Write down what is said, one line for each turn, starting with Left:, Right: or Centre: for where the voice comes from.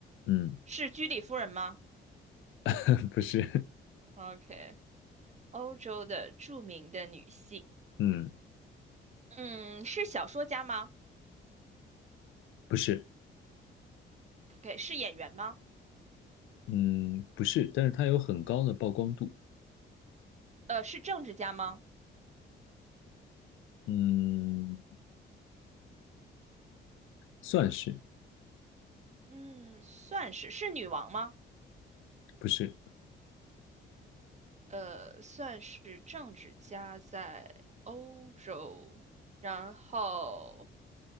Left: 嗯，
Right: 是居里夫人吗
Left: <laughs> 不是，
Right: ？OK，欧洲的著名的女性，
Left: <laughs> 嗯，
Right: 嗯，是小说家吗
Left: 不是，
Right: ？OK，是演员吗？
Left: 嗯，不是，但是它有很高的曝光度，
Right: 呃，是政治家吗？
Left: 嗯，算是，
Right: 嗯，算是，是女王吗？
Left: 不是，
Right: 呃，算是政治家在欧洲，然后